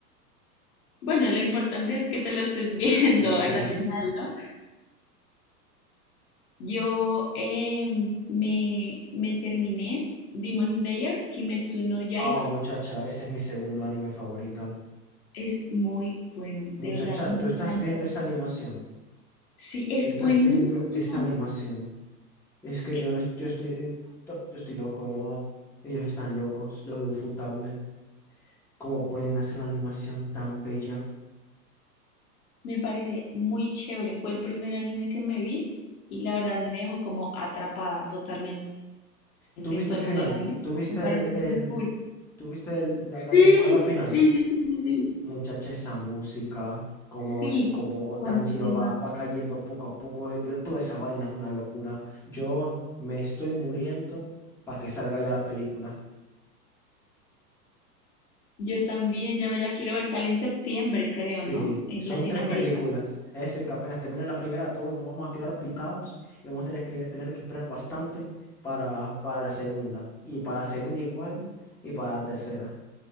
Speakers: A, on the left; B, in the centre.
A: Bueno, lo importante es que te la estés <laughs> viendo
B: Sí.
A: a la
B: <laughs>
A: final, ¿no? Yo em, me, me terminé Demon Slayer, Kimetsu no Yaiba.
B: Oh, muchacha, ese es mi segundo anime favorito.
A: Es muy bueno, de
B: Muchacha,
A: verdad, me
B: tú estás
A: encantó.
B: viendo esa animación.
A: Sí, es
B: Tú estás
A: buenísimo.
B: viendo esa animación. Es que
A: Es,
B: yo no, es- yo estoy, eh, to- yo estoy loco, de verdad. Ellos están locos, los de Ufotable. ¿Cómo pueden hacer una animación tan bella?
A: me parece muy chévere. Fue el primer anime que me vi y la verdad me dejó como atrapada totalmente en
B: ¿Tú viste
A: todo
B: el
A: el
B: final?
A: mundo del anime.
B: ¿Tú viste
A: Me parece
B: el, el-
A: muy cool.
B: tú viste el- la,
A: Sí,
B: la temporada final?
A: sí, sí, sí, sí. Sí,
B: Muchacha, esa música, como,
A: Sí,
B: como
A: buenísima.
B: Tanjiro va, va cayendo poco a poco, eh, de- toda esa vaina es una locura. Yo me estoy muriendo para que salga ya la película.
A: Yo también, ya me la quiero ver. Sale en septiembre, creo,
B: Sí,
A: ¿no? En
B: son
A: Latinoamérica.
B: tres películas. Es decir, que apenas termine la primera, todos nos vamos a quedar picados y vamos a tener que, tener que esperar bastante para, para la segunda. Y para la segunda igual, y para la tercera.